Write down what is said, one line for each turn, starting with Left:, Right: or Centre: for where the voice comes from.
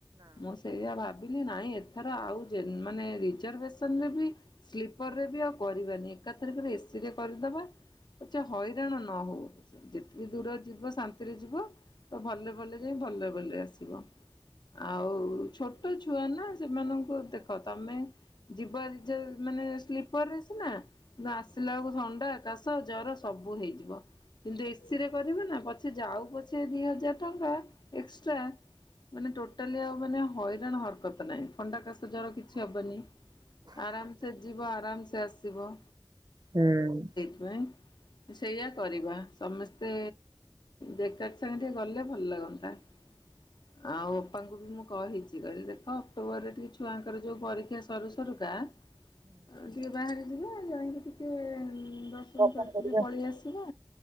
Left: ମୋ ସେଇଆ ଭାବିଲି ନାଇଁ ଏଥର ଆଉ ମାନେ ରିଜର୍ଭେସନ ରେ ବି ସ୍ଲିପର ରେ ବି ଆଉ କରିବାନି ଏକା ଥାରିଖରେ ଏ ସିି ରେ କରିଦବା। ଆଛ ହଇରାଣ ନ ହଉ ଯେତିକି ଦୂର ଯିବ ଶାନ୍ତିରେ ଯିବ ତ ଭଲ ଭଲ ଯ ଭଲ ଭଲରେ ଆସିବ ଆଉ ଛୋଟ ଛୁଆ ନା ସେମାନଙ୍କୁ ଦେଖ ତମେ ଯିବ ମାନେ ସ୍ଲିପର ରେ ସିନା ଆସିଲା ବେଳକୁ ଥଣ୍ଡା ଏକା ଜର ସବୁ ହେଇଯିବ କିନ୍ତୁ ଏ ସିରେ କରିବୁ ନା ପଛେ ଯାଉ ପଛେ ଦି ହଜାର ଟଙ୍କା ଏକ୍ସଟ୍ରା ମାନେ ଟୋଟାଲି ଆଉ ମାନେ ହଇରାଣ ହ ରତ ନାହିଁ ଥଣ୍ଡା କାଶ ଜର କିଛି ହବନି। ଆରାମସେ ଯିବ ଆରାମସେ ଆସିବ।
Right: ହୁଁ।
Left: <unintelligible> ସେଇଆ କରିବା ସମସ୍ତେ ଜ୍ୟାକେଟ୍ ସାଙ୍ଗେ ଟିକେ ଗଲେ ଭଲ ଲାଗନ୍ତା। ହ ଆଉ ଅପାଙ୍କୁ ବି ମୁଁ କହିଛି କହିଲି ଦେଖ ଅକ୍ଟୋବରରେ ଟିକେ ଛୁଆଙ୍କର ଯୋଉ ପରୀକ୍ଷା ସରୁ ସରୁକା ଆଉ ଟିକେ ବାହାରେ ଯିବେ ଯାହିକି ଟିକେ <unintelligible> ମୁଁ
Right: ହଁ
Left: କହିଲି
Right: ହଁ ହଁ
Left: ଟିକେ ପଳେଇ ଆସିବା